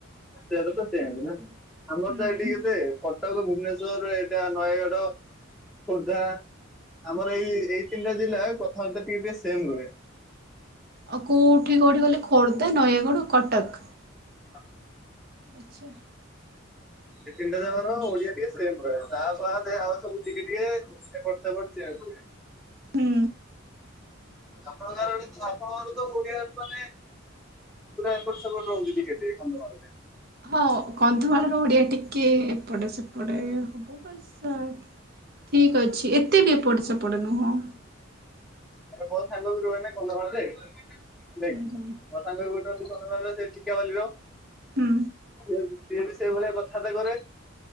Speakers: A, in the centre; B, on the right.
A: ସେଟ ତ ସେମ୍ ନା ଆମର
B: ହୁଁ।
A: ତ ଏଇଠି କେତେ? କଟକ ଭୁବନେଶ୍ୱର ଏଇଟା ନୟାଗଡ଼। ଖୋର୍ଦ୍ଧା ଆମର ଏଇ ଏଇ ତିନିଟା ଜିଲ୍ଲା କଥାବାର୍ତ୍ତା ଟିକେ ଟିକେ ସେମ୍ ରୁହେ।
B: ଆଉ କେଉଁଠି କେଉଁଠି ଗଲେ ଖୋର୍ଦ୍ଧା ନୟାଗଡ଼ କଟକ।
A: ହଁ
B: ଆଚ୍ଛା
A: ଏ ତିନିଟା ଜାଗା ର ଓଡିଆ ଟିକେ ସେମ ରହେ ତା ବାଦେ ଆଉ ସବୁ ଟିକେ ଟିକେ ଏ ସେପଟେ ସେପଟେ ଚେଞ୍ଜ ହୁଏ।
B: ହୁଁ
A: ଆପଣଙ୍କର ଆପଣଙ୍କର ତ ଓଡିଆରେ ମାନେ ପୁରା ଏପଟ ସେପଟ ରହୁଛି ଟିକେ ଟିକେ କନ୍ଧମାଳରେ।
B: ହଁ କନ୍ଧମାଳର ଓଡିଆ ଟିକେ ଏପଟେ ସେପଟେ ହବ ବସ। ଠିକ ଅଛି ଏତେ ବି ଏପଟ ସେପଟେ ନୁହଁ।
A: ଆରେ ମୋ ସାଙ୍ଗ ବି ରୁହେ ନା କନ୍ଧମାଳରେ ଦେଖ
B: ହୁଁ
A: ସାଙ୍ଗରେ
B: ହୁଁ।
A: ଗୋଟେ ଅଛି କନ୍ଧମାଳରେ ସେ ଟିକାବାଲି ର।
B: ହୁଁ
A: ସିଏ ସିଏ ବି ସେଇ ଭଳିଆ କଥାବାର୍ତ୍ତା କରେ।